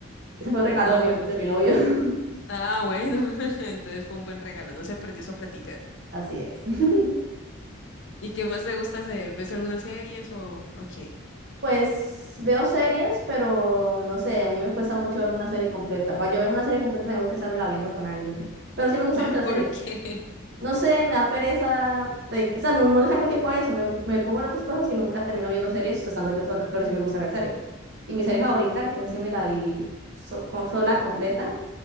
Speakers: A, on the right (about 55°); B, on the left (about 60°).
A: Ese fue un regalo
B: No,
A: de mi,
B: bueno,
A: de
B: sí.
A: mi novio. <laughs>
B: Ah, bueno. <laughs> Entonces fue un buen regalo. No se perdió esa plática.
A: Así es. <laughs>
B: ¿Y qué más te gusta hacer? ¿Ves algunas series o o qué?
A: Pues veo series, pero no sé, a mí me cuesta mucho verme una serie completa. Para yo verme una serie completa tengo que estármela viendo con alguien. Pero sí me gustan
B: <laughs>
A: mucho las
B: ¿Por
A: series.
B: qué?
A: no sé, me da pereza, de- o sea, no, no le saco tiempo a eso, me, ocu- me pongo en otras cosas y nunca termino viendo series estando yo sola, pero sí me gusta ver series. Y mi serie favorita, que es así me la vi so- co- sola, completa,